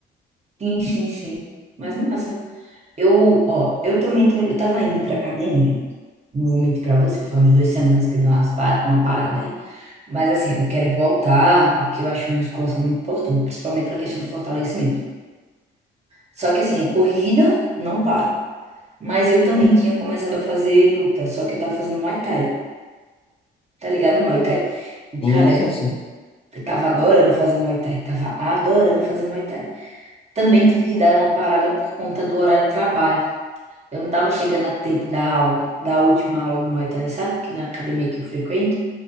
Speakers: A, on the right; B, on the left.
A: Sim, sim, sim. Mas massa. Eu, ó, eu também tô, eu tava indo pra academia. Não vou mentir pra você, foi umas duas semanas que eu dei umas pa- uma parada aí. Mas assim, eu quero voltar porque eu acho musculação muito importante, principalmente pra questão do fortalecimento. Só que assim, a corrida não paro. Mas eu também tinha começado a fazer luta, só que eu tava fazendo Muay Thai. Tá ligado, Muay Thai? E,
B: E
A: cara,
B: isso sim.
A: eu tava adorando fazer Muay Thai, tava adorando fazer Muay Thai. Também tive que dar uma parada por conta do horário de trabalho. Eu não estava chegando a tempo da aula, da última aula do Muay Thai, sabe? Que na academia que eu frequento